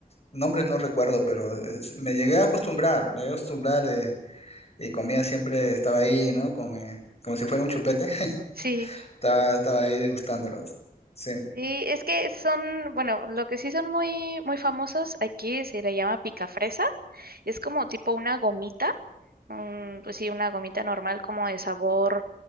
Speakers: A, on the left; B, on the right.
A: Nombres no recuerdo, pero es- me llegué a acostumbrar, me llegué a acostumbrar eh, y comía siempre, estaba ahí, ¿no? Como, eh, como si fuera un chupete, <laughs>
B: sí.
A: estaba, estaba ahí degustándolos. Sí.
B: Sí, es que son, bueno, lo que sí son muy, muy famosos aquí se le llama pica fresa. Es como tipo una gomita Mm, pues sí, una gomita normal como de sabor,